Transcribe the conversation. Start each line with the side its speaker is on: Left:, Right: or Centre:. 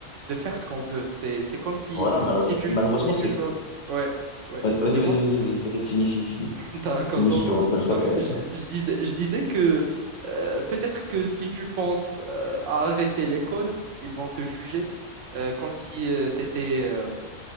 Right: de faire ce qu'on veut. C'est, c'est comme si,
Left: Voilà, malheureux-
Right: si tu,
Left: malheureusement,
Right: si
Left: c'est,
Right: tu choisis. Ouais, ouais.
Left: Vas- vas-y,
Right: Dis-moi.
Left: vas-y, vas-y, vas-y, t'inquiète, fini, fini, fini.
Right: <laughs> D'accord.
Left: Fini,
Right: Donc,
Left: je te reprends juste
Right: donc
Left: après.
Right: je, je disais, je disais que euh, peut-être que si tu penses euh, à arrêter l'école, ils vont te juger euh, comme si tu étais